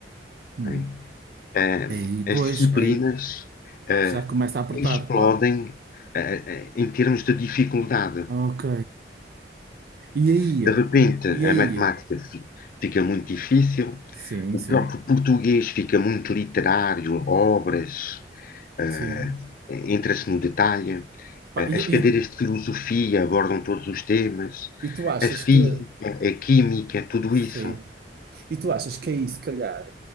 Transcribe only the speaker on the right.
Hum.
Aí, pois,
aí,
já começa a apertar,
claro.
Ok. E aí,
como, e
aí?
Sim,
sim,
sim.
Pá,
e,
E tu achas
que,
sim,
e tu achas que aí, se calhar,